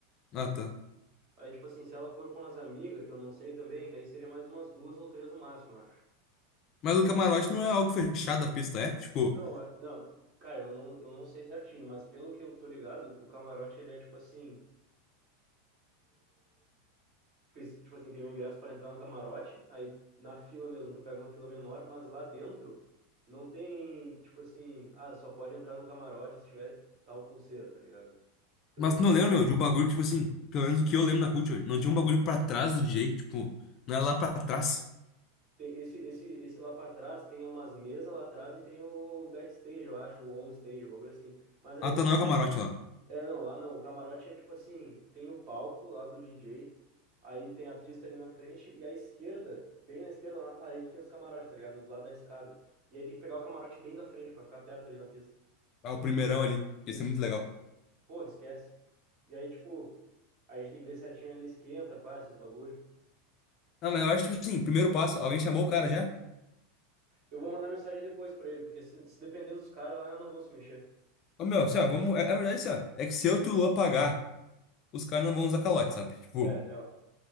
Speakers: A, on the left; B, on the right.
A: Ah, tá.
B: Aí, tipo assim, se ela for com as amigas, que eu não sei também, aí seria mais umas duas ou três no máximo, eu acho.
A: Mas o camarote não é algo fechado da pista, é? Tipo,
B: Não, a- não, cara, eu não, eu não sei certinho, mas pelo que eu tô ligado, o camarote, ele é tipo assim... Porque, tipo assim, tem um ingresso para entrar no camarote, aí na fila mesmo tu pega uma fila menor, mas lá dentro não tem, tipo assim, ah, só pode entrar no camarote se tiver tal pulseira, tá ligado? Então,
A: mas
B: tipo,
A: tu não lembra, meu, de um bagulho, que, tipo assim, pelo menos o que eu lembro da Culture, não tinha um bagulho pra trás do DJ, tipo, não era lá pra trás.
B: tem esse, esse, esse lá pra trás, tem umas mesas lá atrás e tem o backstage, eu acho, ou on stage, um bagulho assim. Mas aí,
A: Ah, tá,
B: assim,
A: não é o camarote lá.
B: É, não, lá não. O camarote é tipo assim, tem o palco lá do DJ, aí tem a pista ali na frente e à esquerda, bem na esquerda, lá na parede tem os camarotes, tá ligado? Do lado da escada. E aí tem que pegar o camarote bem da frente pra ficar perto ali na pista.
A: Ah, o primeirão ali.
B: Isso.
A: Ia ser muito legal.
B: Pô, esquece. E aí, tipo, a gente tem que ver certinho ainda esquenta, pá, esses bagulho.
A: Não, mas eu acho, tipo assim, primeiro passo, alguém chamou o cara já?
B: Eu vou mandar mensagem depois pra ele, porque se, se depender dos caras lá, não vão se mexer.
A: Ô, meu, assim, ó, vamos, é, é verdade, assim, ó, é que se eu e tu Luan pagar, os caras não vão usar calote, sabe? Tipo,
B: É, real.